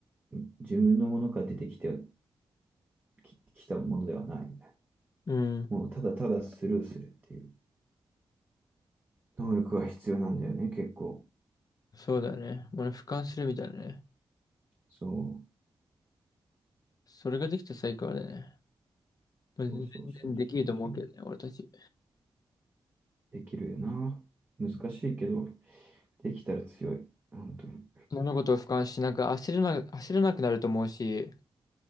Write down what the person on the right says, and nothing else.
うん自分のものから出てきてき、きたものではないみたい
な。もうただただスルーするっていう能力が必要なんだよね、結構。
そう。
そうそうそうそうそう。
できるよな。難しいけど、できたら強い。本当に。